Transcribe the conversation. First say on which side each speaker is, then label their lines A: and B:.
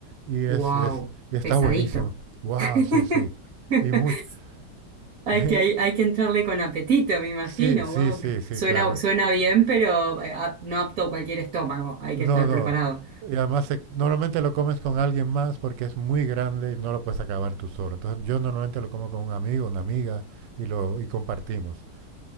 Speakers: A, on the right; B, on the right.
A: Y, es,
B: Wow,
A: es- y está
B: pesadito.
A: buenísimo. ¡Wow!
B: <laughs>
A: Sí, sí. Y mucho.
B: Hay
A: <laughs>
B: que, hay, hay que entrarle con apetito, me imagino.
A: Sí, sí,
B: Wow,
A: sí, sí,
B: suena,
A: claro.
B: suena bien, pero eh, a- no apto a cualquier estómago. Hay
A: No,
B: que estar
A: no.
B: preparado.
A: Y además, se- normalmente lo comes con alguien más porque es muy grande y no lo puedes acabar tú solo. Entonces, yo normalmente lo como con un amigo, una amiga y lo y compartimos.